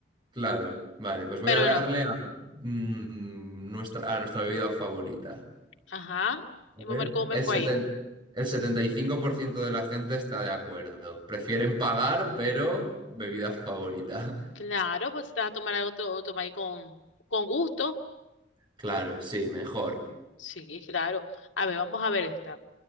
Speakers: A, on the right; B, on the left.
A: claro, vale, pues voy
B: pero
A: a darle
B: no.
A: a, mm, nuestra, a nuestra bebida favorita.
B: Ajá. Y
A: A
B: vamos
A: ver,
B: a ver cómo me
A: El
B: fue
A: seten-
B: ahí.
A: el 75% de la gente está de acuerdo. Prefieren pagar, pero bebida favorita. <laughs>
B: Claro, pues te vas a tomar algo, te lo tomas ahí con, con gusto.
A: Claro, sí, mejor.
B: Sí, claro. A ver, vamos a ver esta.